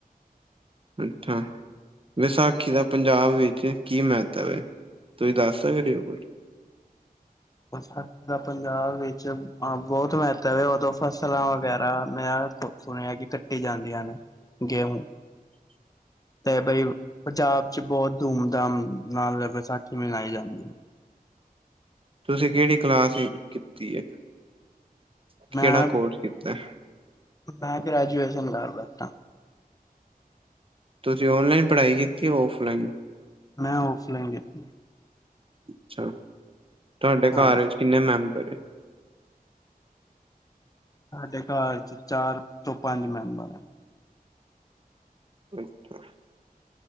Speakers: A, on the right; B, on the left.
A: ਅੱਛਾ। ਵਿਸਾਖੀ ਦਾ ਪੰਜਾਬ ਵਿੱਚ ਕੀ ਮਹੱਤਵ ਹੈ ਤੁਸੀਂ ਦੱਸ ਸਕਦੇ ਓ ਕੁਝ?
B: ਵਿਸਾਖੀ ਦਾ ਪੰਜਾਬ ਵਿੱਚ ਬਹੁਤ ਮਹੱਤਵ ਐ ਓਦੋਂ ਫਸਲਾਂ ਵਗੈਰਾ। ਸੁਣਿਆ ਕੀ ਕੱਟੀ ਜਾਂਦੀਆਂ ਨੇ ਗੇਹੂ। ਤੇ ਬਈ ਪੰਜਾਬ ਚ ਬਹੁਤ ਧੁਮ- ਧਾਮ ਨਾਲ ਵਿਸਾਖੀ ਮਨਾਈ ਜਾਂਦੀ।
A: ਤੁਸੀਂ ਕਿਹੜੀ ਕਲਾਸ ਕੀਤੀ ਐ ਕਿਹੜਾ
B: ਮੈਂ
A: ਕੋਰਸ ਕੀਤੈ।
B: ਮੈਂ ਗ੍ਰੈਜੂਏਸ਼ਨ ਕਰਦਾ ਪਿਆ।
A: ਤੁਸੀਂ ਔਨਲਾਈਨ ਪੜ੍ਹਾਈ ਕੀਤੀ ਔਫਲਾਈਨ?
B: ਮੈਂ ਔਫਲਾਾਈਨ ਕੀਤੀ।
A: ਅੱਛਾ ਤੁਹਾਡੇ
B: ਹਾਂਜੀ
A: ਘਰ ਵਿੱਚ ਕਿੰਨੇ ਮੈਂਬਰ ਏ?
B: ਸਾਡੇ ਘਰ ਚ ਚਾਰ ਤੋਂ ਪੰਜ ਮੈਂਬਰ ਐ।
A: ਅੱਛਾ।